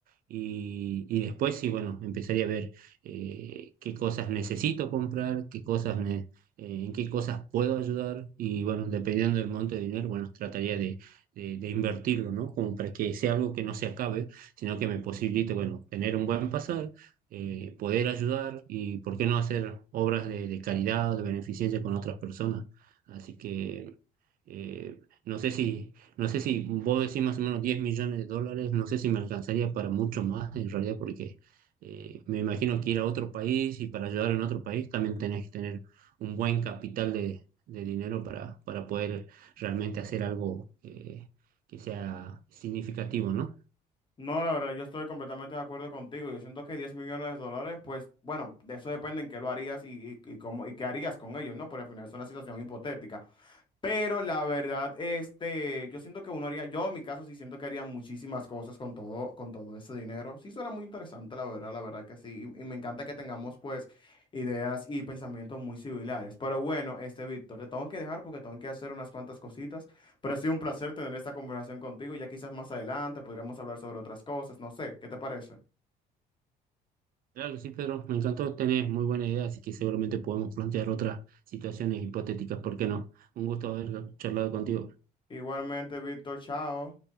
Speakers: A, on the right; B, on the left.
A: Y, y después sí, bueno, empezaría a ver eh, qué cosas necesito comprar, qué cosas me, eh, en qué cosas puedo ayudar y bueno, dependiendo del monto de dinero, bueno, trataría de, de, de invertirlo, ¿no? Como para que sea algo que no se acabe sino que me posibilite, bueno, tener un buen pasar, eh, poder ayudar y, ¿por qué no hacer obras de, de caridad, de beneficencia con otras personas? Así que eh, no sé si, no sé si vos decís más o menos 10 millones de dólares, no sé si me alcanzaría para mucho más en realidad, porque eh, me imagino que ir a otro país y para ayudar en otro país también tenés que tener un buen capital de, de dinero para, para poder realmente hacer algo eh, que sea significativo, ¿no?
B: No, la verdad, yo estoy completamente de acuerdo contigo. Yo siento que 10 millones de dólares, pues, bueno, de eso depende en qué lo harías y, y, y cómo, y qué harías con ellos, ¿no? Porque al final es una situación hipotética. Pero la verdad, este, yo siento que uno haría, yo en mi caso sí siento que haría muchísimas cosas con todo, con todo ese dinero. Sí suena muy interesante, la verdad, la verdad que sí. Y, y me encanta que tengamos pues ideas y pensamientos muy similares. Pero bueno, este, Víctor, te tengo que dejar porque tengo que hacer unas cuantas cositas. Pero ha sido un placer tener esta conversación contigo. Ya quizás más adelante podríamos hablar sobre otras cosas, no sé, ¿qué te parece?
A: Claro que sí, Pedro, me encantó, tenés muy buena idea, así que seguramente podemos plantear otras situaciones hipotéticas, ¿por qué no? Un gusto haber charlado contigo.
B: Igualmente, Víctor, chao.